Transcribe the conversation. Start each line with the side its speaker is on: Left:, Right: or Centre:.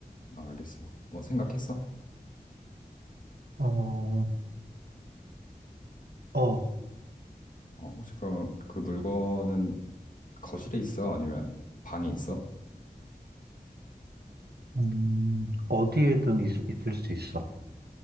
Left: 아, 알겠어. 뭐, 생각했어?
Right: 어, 어,
Left: 어, 혹시 그러면 그 물건은 거실에 있어? 아니면 방에 있어?
Right: 음, 어디에든 있, 을수 있어.